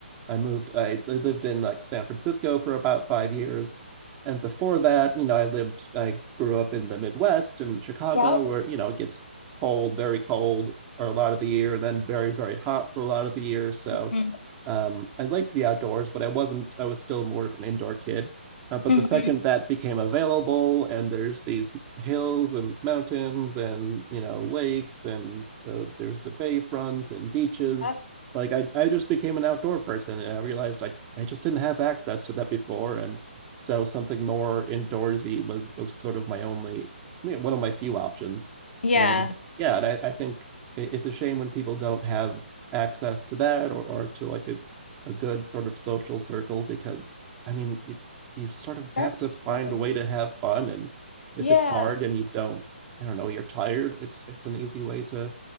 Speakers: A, on the right (about 20°); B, on the left (about 75°).
A: I moved I lived in like San Francisco for about five years, and before that, you know, I lived I grew up in the Midwest in Chicago
B: Yep.
A: where you know it gets cold, very cold for a lot of the year, and then very very hot for a lot of the year. So
B: Mhm.
A: um, I liked the outdoors, but I wasn't I was still more of an indoor kid uh, but
B: Mhm.
A: the second that became available, and there's these hills and mountains and you know lakes and uh, there's the bayfront and beaches.
B: Yep.
A: Like I, I just became an outdoor person, and I realized I, I just didn't have access to that before, and so something more indoorsy was was sort of my only you know, one of my few options.
B: Yeah.
A: And yeah, and I, I think it, it's a shame when people don't have access to that or, or to like a, a good sort of social circle because I mean it, you sort of have
B: That's
A: to find
B: true.
A: a way to have fun and if
B: Yeah,
A: it's hard and you don't i don't know you're tired it's it's an easy way to